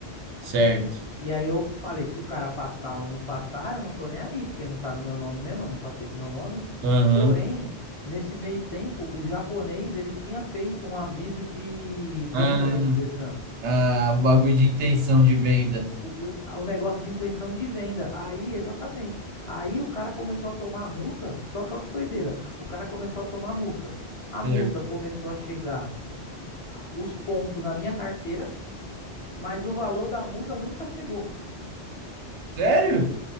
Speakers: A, on the right; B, on the left.
A: Certo.
B: E aí eu falei, se o cara passar ou não passar, eu não tô nem aí, porque não tá no meu nome mesmo, eu não passei pro meu nome.
A: Aham.
B: Porém, nesse meio tempo, o japonês ele tinha feito um aviso de venda
A: Ah,
B: dentro do Detran.
A: ah, o bagulho de intenção de venda.
B: O, o, o negócio de intenção de venda. Aí, exatamente. Aí o cara começou a tomar multa. Só que olha que doideira. O cara começou a tomar multa. A
A: Certo.
B: multa começou a chegar a- os pontos na minha carteira, mas o valor da multa nunca chegou.
A: Sério?